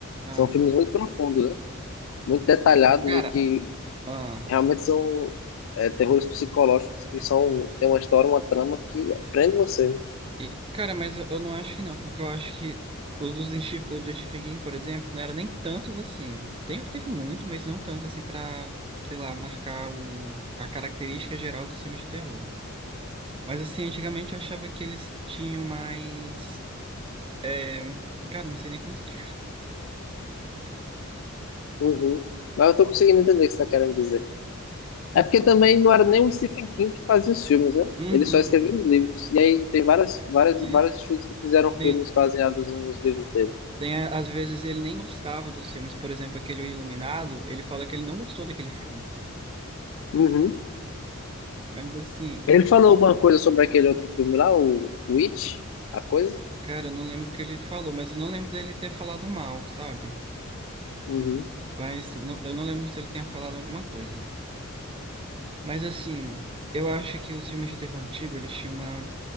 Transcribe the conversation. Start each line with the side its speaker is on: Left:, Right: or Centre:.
Right: Ah,
Left: são filmes muito profundos, né? Muito detalhados
Right: cara,
Left: e que
Right: ah.
Left: Realmente são é, terrores psicológicos que são, tem uma história, uma trama que prende você. né?
Right: E, cara, mas eu, eu não acho que não, porque eu acho que o dos Stephen, o do Stephen King, por exemplo, não era nem tantos assim. Tem, teve muito, mas não tantos assim pra, sei lá, marcar o, a característica geral dos filmes de terror. Mas assim, antigamente eu achava que eles tinham mais. é, Cara, não sei nem como explicar. <laughs>
Left: Uhum. Mas eu tô conseguindo entender o que você tá querendo dizer. É porque também não era nem o Stephen King que fazia os filmes, né?
Right: Uhum.
Left: Ele só escrevia
Right: uhum.
Left: os livros. E aí tem várias, várias,
Right: Isso.
Left: vários estudos que fizeram filmes
Right: Tem,
Left: baseados nos livros dele.
Right: tem, a- às vezes ele nem gostava dos filmes, por exemplo, aquele O Iluminado, ele fala que ele não gostou daquele filme.
Left: Uhum.
Right: Mas assim,
Left: Ele falou alguma coisa sobre aquele outro filme lá, o o It, a coisa?
Right: Cara, eu não lembro o que ele falou, mas eu não lembro dele ter falado mal, sabe?
Left: Uhum.
Right: Mas não- eu não lembro se ele tinha falado alguma coisa. Mas assim, eu acho que os filmes de terror antigo, eles tinham uma...